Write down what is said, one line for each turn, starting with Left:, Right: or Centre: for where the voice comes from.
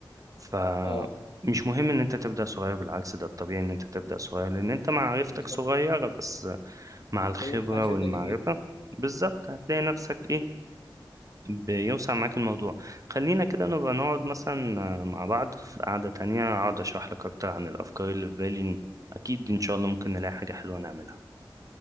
Right: فمش
Left: اه
Right: مهم ان انت تبدأ صغير بالعكس ده الطبيعي ان انت تبدأ صغير لان انت معرفتك
Left: بالظبط
Right: صغيرة بس مع الخبرة
Left: صحيح ما عادش
Right: والمعرفة
Left: يبقى كبير
Right: بالظبط هتلاقي نفسك ايه بيوسع معاك الموضوع خلينا كده نبقى نقعد مثلا مع بعض في قعدة تانية اقعد اشرح لك اكتر عن الافكار اللي في بالي اكيد ان شاء الله ممكن نلاقي حاجة حلوة نعملها